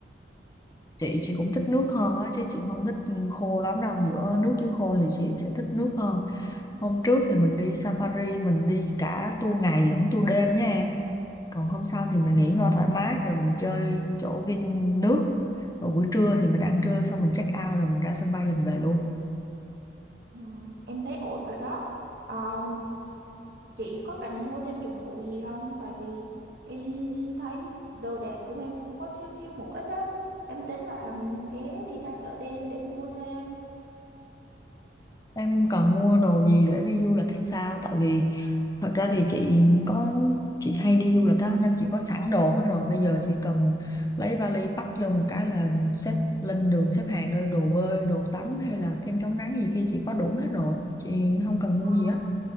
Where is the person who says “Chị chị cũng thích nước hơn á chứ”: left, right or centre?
Left